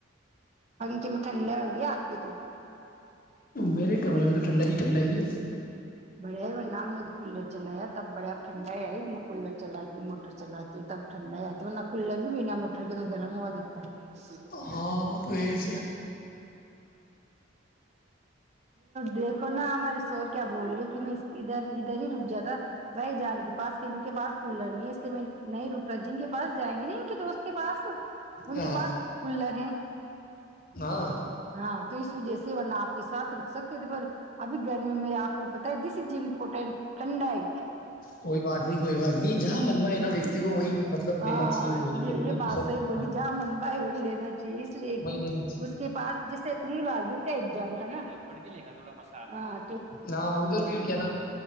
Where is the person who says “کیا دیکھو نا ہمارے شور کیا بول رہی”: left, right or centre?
Right